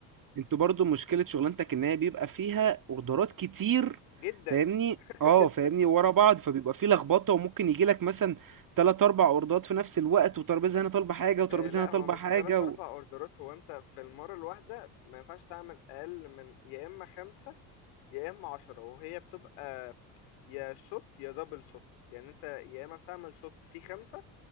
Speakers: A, on the right (about 40°); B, on the left (about 70°).
A: انتوا برضو مشكلة شغلانتك ان هي بيبقى فيها اوردرات كتير
B: جدا
A: فاهمني
B: <laughs>
A: اه
B: جدا.
A: فاهمني ورا بعض فبيبقى فيه لخبطة وممكن يجيلك مثلا تلات اربع اوردرات في نفس الوقت وترابيزة هنا طالبة حاجة وترابيزة
B: آه، لا
A: هنا طالبة
B: هو مش
A: حاجة
B: تلات أربع
A: و...
B: أوردرات هو أنت في المرة الواحدة ما ينفعش تعمل أقل من يا إما خمسة يا إما عشرة وهي بتبقى يا شوت يا دبل شوت يعني أنت يا إما بتعمل شوت فيه خمسة